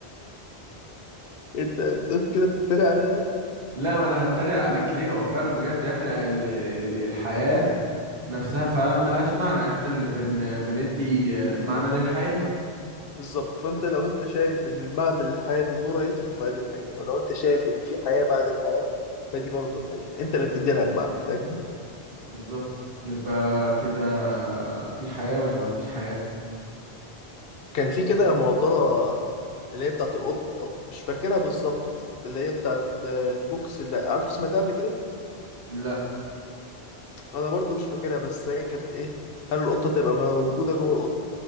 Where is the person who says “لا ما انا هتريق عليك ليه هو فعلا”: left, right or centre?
Right